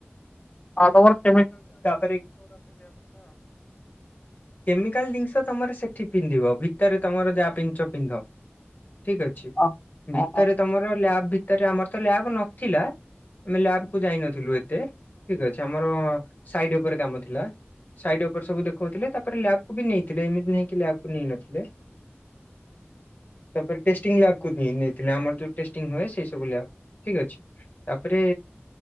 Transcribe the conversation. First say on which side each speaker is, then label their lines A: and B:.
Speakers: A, on the left; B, on the left.
A: ଅ ତମର <unintelligible>
B: ତାପରେ କେମିକାଲ ଜିନିଷ ତମର ସେଠି ପିନ୍ଧିବ ଭିତରେ ତମର ଯାହା ପିନ୍ଧୁଛ ପିନ୍ଧ। ଠିକ ଅଛି,
A: ଆଉ।
B: ଭିତରେ
A: ଓହୋ
B: ତମର ଲ୍ୟାବ ଭିତରେ ଆମର ତ ଲ୍ୟାବ ନଥିଲା। ଆମେ ଲ୍ୟାବକୁୁ ଯାଇନଥିଲୁ ଏତେ ଠିକ ଅଛି ଆମର ସାଇଡ ଉପରେ କାମ ଥିଲା। ସାଇଡ୍ ଉପରେ ସବୁ ଦେଖଉଥିଲେ ତା ତାପରେ ଲ୍ୟାବକୁ ବି ନେଇଥିଲେ ଏମିତି ନେଇକି ଲବକୁ ନେଇ ନଥିଲେ। ତାପରେ ଟେଷ୍ଟି ଲ୍ୟାବ କୁ ନେଇଥିଲେ ଆମର ଯୋଉ ଟେଷ୍ଟିଙ୍ଗ ହୁଏ ସେ ସବୁ ଲ୍ୟାବ ଠିକ ଅଛି, ତାପରେ